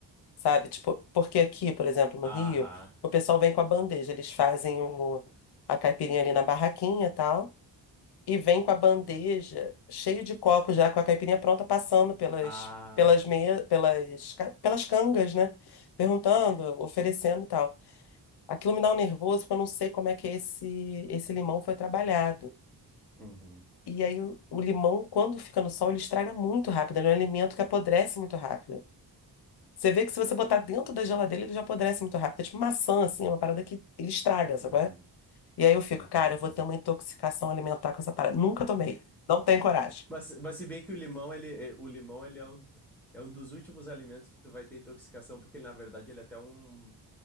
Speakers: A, on the left; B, in the centre.
A: sabe? Tipo, porque aqui, por exemplo, no
B: Aham.
A: Rio, o pessoal vem com a bandeja, eles fazem o, a caipirinha ali na barraquinha e tal, e vem com a bandeja cheio de copos já com a caipirinha pronta, passando pelas
B: Ah.
A: pelas me, pelas ca- pelas cangas, né? Perguntando, oferecendo e tal. Aquilo me dá um nervoso, porque eu não sei como é que esse esse limão foi trabalhado.
B: Uhum,
A: E aí o, o limão, quando fica no sol, ele estraga muito rápido. Ele é um alimento que apodrece muito rápido. Você vê que se você botar dentro da geladeira, ele já apodrece muito rápido. É tipo maçã, assim, uma parada que ele estraga,
B: uhum,
A: sabe? qual é? E aí eu fico,
B: uhum,
A: cara, eu vou
B: uhum.
A: ter uma intoxicação alimentar com essa parada. Nunca tomei. Não tenho coragem.
B: Mas, mas se bem que o limão, ele, é- o limão, ele é um, é um dos últimos alimentos que tu vai ter intoxicação, porque na verdade ele é até um,